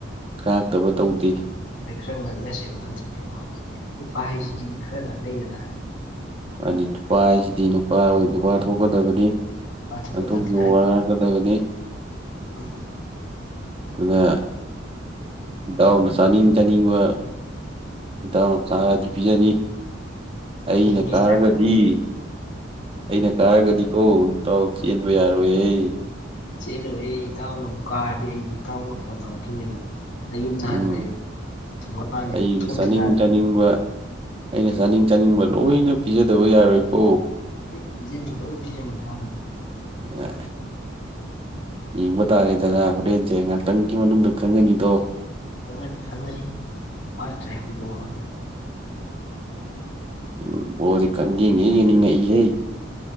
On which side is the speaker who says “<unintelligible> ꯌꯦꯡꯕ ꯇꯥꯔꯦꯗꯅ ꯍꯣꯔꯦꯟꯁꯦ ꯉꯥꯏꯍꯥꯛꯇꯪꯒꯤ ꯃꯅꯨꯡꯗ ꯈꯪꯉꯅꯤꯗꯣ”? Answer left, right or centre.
Right